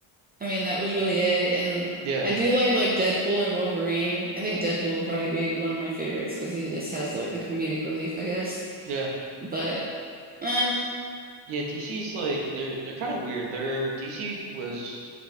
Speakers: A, on the right (about 20°); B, on the right (about 80°).
A: I mean, that was really it. And
B: Yeah.
A: I do like like Deadpool and Wolverine. I think Deadpool would probably be one of my favorites because he just has like the comedic relief, I guess.
B: Yeah.
A: But eh,
B: Yeah, DC's like they're they're kind of weird. Their DC was